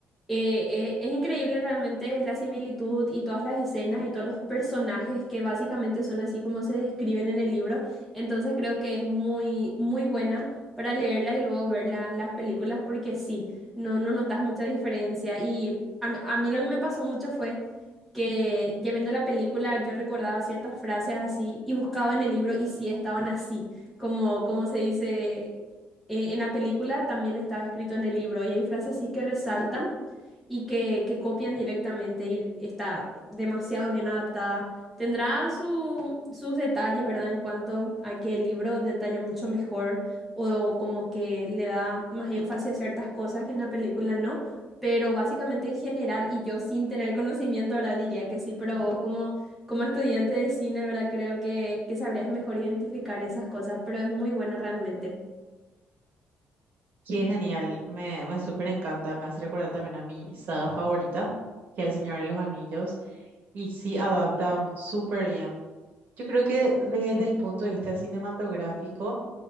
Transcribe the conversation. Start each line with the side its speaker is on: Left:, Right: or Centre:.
Centre: eh, eh, es increíble realmente la similitud y todas las escenas y todos los personajes que básicamente son así como se describen en el libro. Entonces creo que es muy, muy buena para leerla y luego ver la- las películas porque sí, no, no notas mucha diferencia. Y a, a mí lo que me pasó mucho fue que ya viendo la película yo recordaba ciertas frases así y buscaba en el libro y sí estaban así, como, como se dice eh, en la película, también estaba escrito en el libro y hay frases así que resaltan y que, que copian directamente y está demasiado bien adaptada. Tendrá su- sus detalles, ¿verdad? En cuanto a que el libro detalla mucho mejor o como que le da más énfasis a ciertas cosas que en la película no, pero básicamente en general, y yo sin tener conocimiento ahora diría que sí, pero vos como, como estudiante de cine, ¿verdad? Creo que, que sabrías mejor identificar esas cosas, pero es muy buena realmente.
Right: Qué genial, me, me súper encanta, me hace recordar también a mi saga favorita, que es El Señor de los Anillos, y sí adapta súper bien. Yo creo que desde el punto de vista cinematográfico